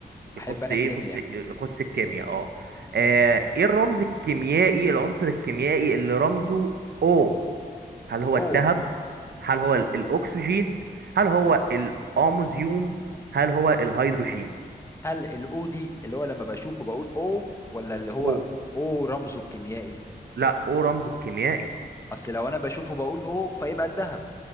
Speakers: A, on the right; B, on the left.
A: يخص
B: احب انا
A: ايه
B: الكيمياء
A: يخص يخص الكيمياء اه آه، ايه الرمز الكيميائي العنصر الكيميائي اللي رمزه او هل هو
B: او
A: الذهب هل هو ال- الاكسجين هل هو الاموزيوم هل هو الهيدروجين
B: هل الاو دي اللي هو لما بشوفه بقول او ولا اللي هو
A: او
B: او رمزه الكيميائي
A: لا او رمزه الكيميائي
B: اصل لو انا بشوفه بقول او فيبقى الذهب